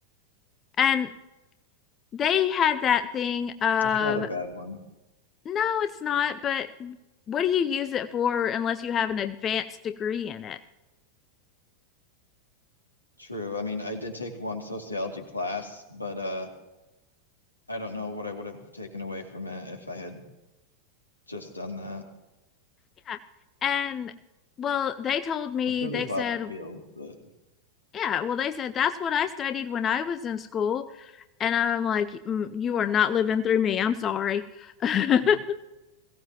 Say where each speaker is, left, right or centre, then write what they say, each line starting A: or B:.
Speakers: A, on the left (about 25°); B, on the left (about 80°).
A: And they had that thing of,
B: not a bad one.
A: no, it's not, but what do you use it for unless you have an advanced degree in it?
B: True. I mean, I did take one sociology class, but uh, I don't know what I would have taken away from it if I had just done that.
A: Yeah. And well, they told me,
B: I'm sure
A: they
B: there's
A: said,
B: lots of fields, but
A: yeah, well, they said that's what I studied when I was in school. And I'm like, "Mm, you are not living through me. I'm sorry. <laughs>
B: <laughs>